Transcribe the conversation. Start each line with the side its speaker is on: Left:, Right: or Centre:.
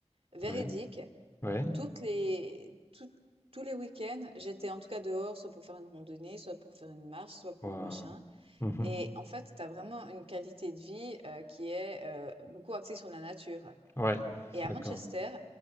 Right: véridique,
Left: Ouais, ouais,
Right: toutes les, tout- tous les week-ends, j'étais en tout cas dehors, soit pour faire une randonnée, soit pour faire une marche, soit pour
Left: waouh.
Right: machin.
Left: Mhm.
Right: Et en fait, tu as vraiment une qualité de vie, heu, qui est, heu, beaucoup axée sur la nature.
Left: Ouais,
Right: Et à
Left: d'accord.
Right: Manchester,